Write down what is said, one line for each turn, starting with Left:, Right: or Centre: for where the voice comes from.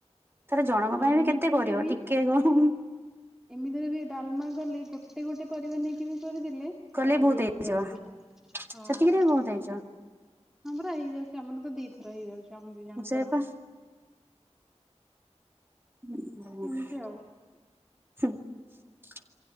Right: ଆରେ ଜଣକ
Centre: ଆଉ
Right: ପାଇଁ
Centre: ଏମିତିରେ
Right: ବି କେତେ କରିବ
Centre: ବି
Right: ଟିକେ ହୁଁ ହୁଁ ହୁଁ।
Centre: ଏମିତିରେ ବି ଡାଲମା କଲି ଗୋଟେ ଗୋଟେ ପରିବା ନେଇକି ବି କରିଦେଲେ
Right: କଲେ
Centre: ହଁ
Right: ବହୁତ
Centre: ଇଏ ହେଇଯାଉଛି
Right: ହେଇଯିବ।
Centre: ହଁ।
Right: ସେତିକିରେ ବହୁତ ହେଇଯିବ
Centre: ଆମର ହେଇଯାଉଛି ଆମର ତ ଦି ଥର ହେଇଯାଉଛି ଆମ ଦି ଜଣଙ୍କର।
Right: ସେ ପା ଉ ହୁଁ
Centre: ଏମିତି
Right: ହୁମ
Centre: ଆଉ।
Right: ।